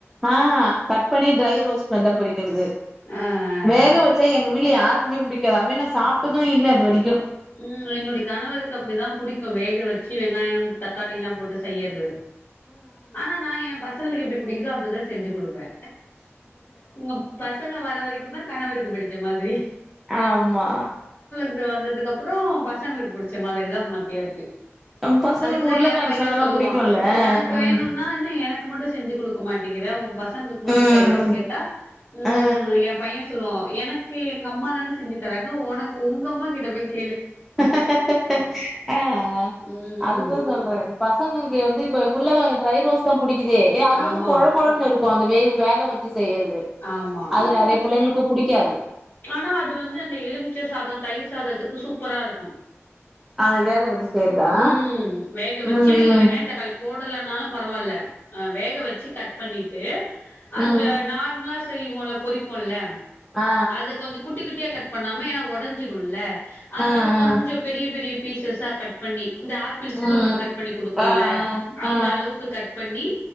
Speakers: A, in the centre; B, on the left.
A: ஆஆ கட் பண்ணி ட்ரை ரோஸ்பதா பொறிகிற்து
B: ஆ ஆ
A: வேக
B: ஆ
A: வச்சா எங்க வீட்ல யாருக் குமே புடிக்காது அத்மா நா சாப்ட்டது இல்ல இது வரைக்
B: உம் என்னுடை கணவருக்கு அப்பிடிதா புடிக்கு வேக வெச்சு வெங்காயம் தக்காளில்லாம் போட்டு செய்யறது ஆனா நா ஏ பசங்களுக் எப்டி புடிக்கிதோ அப்டிதா செஞ்சு குடுப்பே உங்க பசங்க வர வரை குந்தான் கனவருக்கு பிடிச்ச மாதிரி
A: ஆமா
B: உ வந்தது க்கப்புறம் பசங்களுக்கு புடிச்ச மாதிரி தான் மாத்தியாச்சு
A: நம் பசங்க
B: அதுக்குதான்
A: உருளக்கெழங்கு
B: ஏன் பையன்
A: சாதல்லா
B: சொல்லுவான்
A: புடிக்குல்ல
B: ஒனக்கு
A: ம்
B: வேணுன்னா என்ன எனக்கு மட்டும் செஞ்சு குடுக்க மாட் த்திர உன் பஸ் த்தங்களுக்கு மட்டும்
A: ம்
B: செய்யறேன்னு கேட்டா உம்
A: அ
B: எம்ப் பையன் சொல்லுவான் எனக்கு எங்க அம்மா தான செஞ்சு தராங்க ஒனக்கு ஒங்க அம்மா கிட்ட போய்க்
A: ஆஹ் ஆஹ்
B: ம்
A: அதுதான்
B: ம்
A: சொல்றேன் பசங்களுக்கு வந்து இப்ப உருளக்கெழங்கு ட்ரை ரோஸ் தான் புடிக்கும் இதே அது
B: ஆமா
A: வந்து கொழகொழனு இருக்கும் அந்த வேவ் வேக வக் ச்சு செய்யற்து
B: ஆமா
A: அது நெறைய புள்ளைங்களுக்கு புடிக் க்காது
B: ஆனா அது வந்து அந்த எலுமிச்ச சாதம் தயிர் சாதத்துக்கு சூப் ப்பரா இருக்கும்
A: அது வேக வச்சு செய்யறதா
B: ஊம் வேக வெங்கஙஷணீச்சு
A: ம்
B: நீங்க
A: ம்
B: வெங்காயொ தக்காளி போட இல்லன்னாலு பரவால்ல ஆ வேக வச்சு கட் பண்ணிட்டு அந்த
A: ஆ ம்
B: நார்மலா ஸ் செய்வோல்ல பொறிப்போல்ல
A: ஆ
B: அது கொஞ்சோ குட் குட்டி குட்டியா கட் பண்ணாம ஏன்னா ஒடஞ்சிருல்ல அதனால
A: ஆ
B: கொஞ்சோ
A: ஆ
B: பெரிய பெரிய பீசஸா கட் பண்ணி இந்த ஆப்பிள் ஸ்கூலுக்கு
A: ம்
B: கட் பண்ணி குடுப்போல்ல
A: ஆ ஆ
B: அந்த
A: ஆ
B: அளவுக்கு கட் பண்ணி